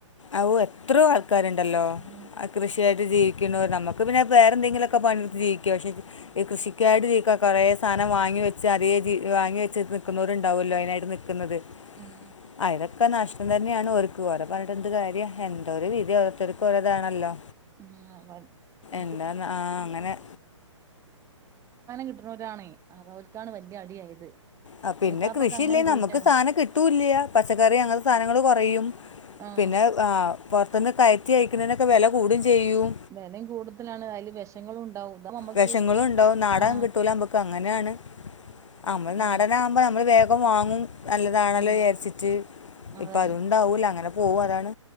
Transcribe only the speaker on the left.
അഹ് എത്രയോ ആൾക്കാര്ണ്ടല്ലോ
കൃഷിയായിട്ട് ജീവിക്ക് നമുക്ക് പിന്നെ വേറെന്തെങ്കിലൊക്കെ പണിട്ത്ത് ജീവിക്ക പക്ഷെ ഈ കൃഷിക്കായിട്ട് ജീക്ക കുറേ സാനം വാങ്ങിക്ക വാങ്ങി വെച്ച് അറിയേ ജി വാ വെച്ച് നിൽന്നവരുണ്ടാവുല്ലോ അതിനായിട്ട് നിൽക്കുന്നത്
ആയിതൊക്കെ നഷ്ടം തന്നെയാണ് അവർക്ക് ഓരെ പറഞ്ഞത് എന്ത് കാര്യം എന്തോ ഒരു വിധി ഓരോര്ത്തര്ക്ക് ഓരോതാണല്ലോ
എന്താ ആ അങ്ങനെ
ആഹ് പിന്നെ
കൃഷിയില്ലേ
നമുക്ക് സാനംകിട്ടൂല്ല പച്ചക്കറി അങ്ങനെ സാധനങ്ങള് കൊറയും
പിന്നെ ആഹ് പുറത്ത്ന്ന് കയറ്റിഅക്കുന്നതിനൊക്കെ വെല കൂടും ചെയ്യും
വിഷങ്ങളുണ്ടോ
നാടകം
കിട്ടൂല നമ്മക്ക് അങ്ങനെയാണ് നമ്മള്
നാടന് ആകുമ്പോ നമ്മള് ഒക്കെ വാങ്ങും നല്ലതാണല്ലോ
ചാരിച്ചിട്ട്
ഇപ്പം അതുകൊണ്ടാവില്ല അങ്ങനെ പോവുംംഅതാണ്